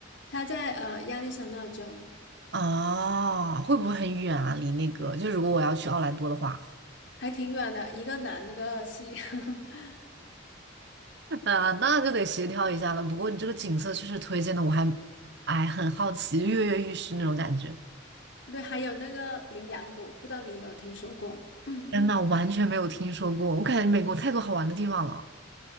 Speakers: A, on the left; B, on the right.
A: 它在呃亚利桑那州，
B: 啊，会不会很远啊？离那个，就如果我要去奥兰多的话。
A: 还挺远的，一个南一个西。<laughs>
B: 啊，那就得协调一下了。不过你这个景色确实推荐的，我还哎很好奇，跃跃欲试那种感觉。
A: 对，还有那个羚羊谷，不知道你有没有听说过？<clears throat>
B: 天呐，我完全没有听说过，我感觉美国太多好玩的地方了。